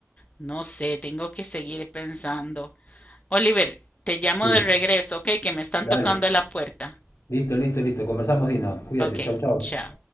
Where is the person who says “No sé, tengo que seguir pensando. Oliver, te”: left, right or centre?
Left